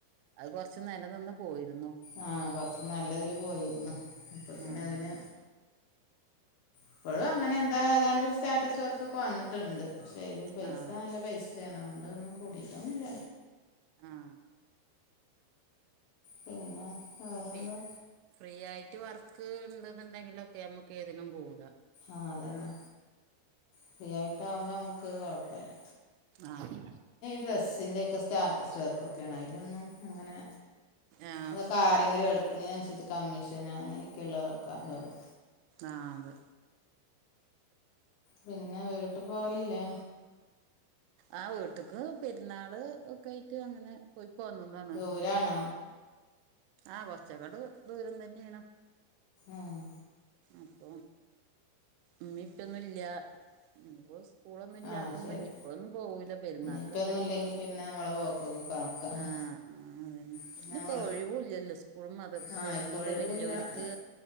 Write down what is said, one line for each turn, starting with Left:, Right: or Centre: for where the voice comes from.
Right: അത് കൊറച്ച് നില നിന്ന് പോയിരുന്നു.
Left: ആഹ് കൊറച്ച് നല്ലതില് പോയിരുന്നു. അപ്പത്തനെ
Right: ആ
Left: അതിന്
Right: അതെ
Left: ഇപ്പഴും അങ്ങനെ എന്താ ഏതാണ്ട് സ്റ്റാറ്റസ് വർക്കൊക്കെ വന്നിട്ടുണ്ട്. പക്ഷെ അയ്ല് പൈസ
Right: ആ
Left: നല്ല പൈസ സേണ് അതുകൊണ്ട് അതൊന്നും കൂടിയിട്ടൊന്നുല്ല.
Right: ആഹ്
Left: പിന്നെ വേറെന്താ?
Right: ഫി ഫ്രീ ആയിട്ട് വർക്ക് ഉണ്ട്ന്ന്ണ്ടെങ്കിലുംക്കെ നമുക്ക് ഏതിനും കൂടാം.
Left: ആഹ് അതന്നെ ഫ്രീ ആയിട്ട് ആകുമ്പോൾ നമുക്ക് കുഴപ്പല്ല.
Right: ആഹ്
Left: ഡ്രസ്സിൻ്റെ ഒക്കെ സ്റ്റാറ്റസ് വർക്കൊക്കെയാണ് അയിലൊന്നും അങ്ങനെ
Right: ആഹ്
Left: അതൊക്കെ ആരെങ്കിലും എടുക്കണേന് അനുസരിച്ച് കമ്മീഷന് അങ്ങനെയൊക്കെ ഉള്ളതൊക്കെ എന്തോ ഉള്ളൂ
Right: ആഹ് അതെ
Left: പിന്നെ വീട്ടി പോവലില്ലേ?
Right: ആഹ് വീട്ടിക്ക് പെരുന്നാള് ഒക്കെ ആയിട്ട് അങ്ങനെ പോയ് പോന്നതാണ്
Left: ദൂരാണാ
Right: ആഹ് കൊറച്ചങ്ങട് ദൂരം തന്നെയാണ്
Left: ആഹ്
Right: അപ്പൊ ഇമ്മിം ഇപ്പെന്നും ഇല്ല <unintelligible> സ്കൂളൊന്നും ഇല്ലാത്തുമ്പം
Left: ആ ശരി
Right: ഇനി ഇപ്പോളൊന്നും പോകൂല പെരുന്നാക്ക്
Left: ഇപ്പം
Right: അങ്ങനെയൊക്കെ
Left: ഒന്നും ഇല്ലെങ്കിൽ
Right: ലീവ്
Left: പിന്നെ
Right: കിട്ടുമ്പോ
Left: നമ്മളെ പോക്കൊക്കെ കണക്കാണ്
Right: ആഹ് ആഹ് അതന്നെ
Left: പിന്നെ
Right: ഇനിയിപ്പോ
Left: നമ്മൾ
Right: ഒഴിവൂല്ലല്ലോ സ്കൂളും മദർസും
Left: ആ ഇപ്പോൾ
Right: ഇനിയിപ്പോ
Left: ഒഴിവുമില്ല
Right: വല്യോന്ക്ക്
Left: അത്